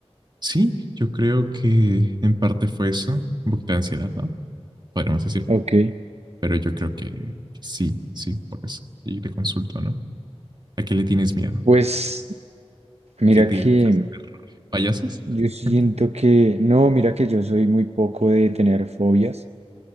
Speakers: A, on the right; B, on the right.
A: Sí, yo creo que en parte fue eso. Un poquito de ansiedad, ¿no? Podríamos decir.
B: Ok,
A: Pero yo creo que sí, sí, por eso. Y te consulto, ¿no? ¿A qué le tienes miedo?
B: pues mira
A: ¿Qué te
B: que
A: payasos?
B: yo siento
A: <laughs>
B: que, no, mira que yo soy muy poco de tener fobias.